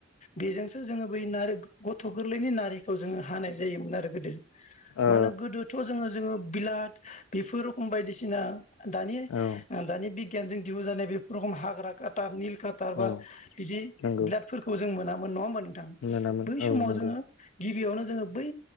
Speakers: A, on the left; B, on the left.
A: बेजोंसो जोङो बै नारि गथ' गोरलैनि नार खौ जोङो हानाय जायोमोन आरो गोदो ।
B: औ
A: मानो गोदोथ' जोङो जोङो बिलात बेफोर रखम बायदिसिना दानि
B: औ
A: दानि बि गियानजों दिहुन जानाय बे हाग्रा काटार निल <unintelligible>
B: औ
A: बिदि
B: नंगौ
A: <unintelligible> जों मोना <unintelligible> नोंथां
B: मोनामोन
A: बै
B: औ
A: समाव
B: नंगौ
A: जोङो गिबियावनो बै